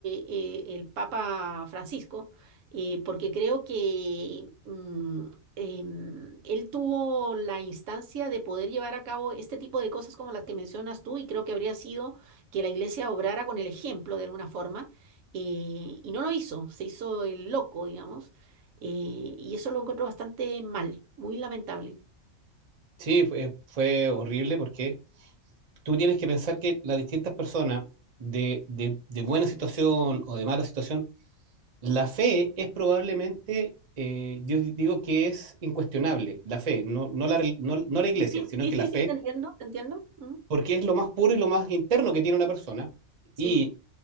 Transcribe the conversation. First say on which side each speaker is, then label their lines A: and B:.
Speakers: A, on the right; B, on the right.
A: eh, el Papa Francisco, eh, porque creo que mm, em, él tuvo la instancia de poder llevar a cabo este tipo de cosas como las que mencionas tú y creo que habría sido que la Iglesia obrara con el ejemplo de alguna forma eh, y no lo hizo, se hizo el loco, digamos eh, y eso lo encuentro bastante mal, muy lamentable.
B: Sí, fue, fue horrible porque tú tienes que pensar que las distintas personas de, de de buena situación o de mala situación La fe es probablemente, eh, yo di- digo que es incuestionable, la fe, no, no la, rel- no, no la iglesia,
A: Sí,
B: sino
A: sí,
B: que la fe,
A: sí, te entiendo, te entiendo. Mm,
B: porque es lo más puro y lo más interno que tiene una persona,
A: Sí,
B: y